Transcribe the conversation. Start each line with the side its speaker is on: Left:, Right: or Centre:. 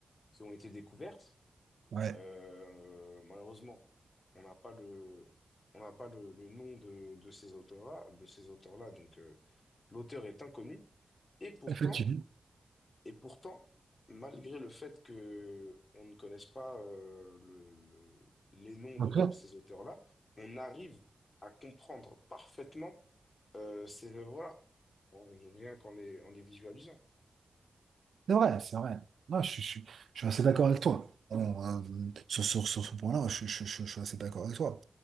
Left: qui ont été découvertes.
Right: Ouais,
Left: Euh, malheureusement, on n'a pas le, on n'a pas le, le nom de, de ces auteurs-là, de ces auteurs-là, donc euh, l'auteur est inconnu. Et pourtant,
Right: effectivement.
Left: et pourtant, malgré le fait que on ne connaisse pas euh, le- le- les noms
Right: d'accord
Left: de, de ces auteurs-là, on arrive à comprendre parfaitement euh, ces œuvres-là, en- rien qu'en les, en les visualisant.
Right: C'est vrai, c'est vrai. Non, je, je- je suis assez d'accord avec toi. Alors, euh, sur, sur, sur ce point-là, je, je- je- je suis assez d'accord avec toi.